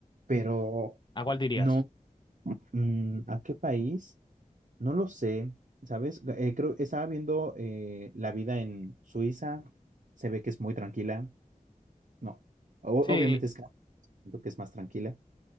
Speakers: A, on the right; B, on the left.
A: pero
B: ¿A cuál te irías?
A: no, mm, ¿a qué país? No lo sé, ¿sabes? Ga- eh, creo, estaba viendo eh, la vida en Suiza. Se ve que es muy tranquila. No, O-
B: Sí,
A: obviamente es que siento que es más tranquila.